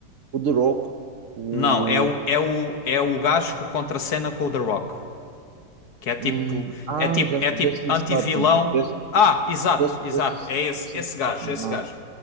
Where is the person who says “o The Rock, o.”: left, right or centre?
Right